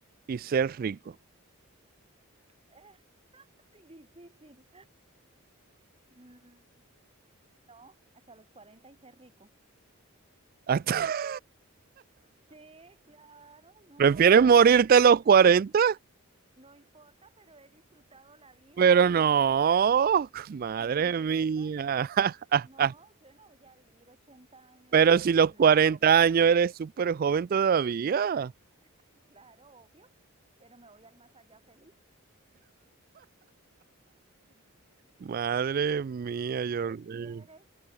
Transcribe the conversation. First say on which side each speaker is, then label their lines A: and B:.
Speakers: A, on the right (about 40°); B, on the right (about 25°).
A: y ser rico.
B: <laughs> Muy difícil. Mm, no, hasta los 40 y ser rico.
A: Hasta... <laughs>
B: Sí, claro, no,
A: ¿Prefieres
B: imagínate.
A: morirte a los cuarenta
B: No importa, pero he disfrutado la vida
A: Pero
B: y mi
A: no,
B: riqueza,
A: madre
B: y mi riqueza
A: mía. <laughs>
B: No, yo no voy a vivir 80 años
A: Pero si los
B: en
A: 40
B: la pobreza,
A: años eres súper joven todavía.
B: <laughs> claro, obvio, pero me voy al más allá feliz.
A: Madre mía, Jordi.
B: ¿Prefieres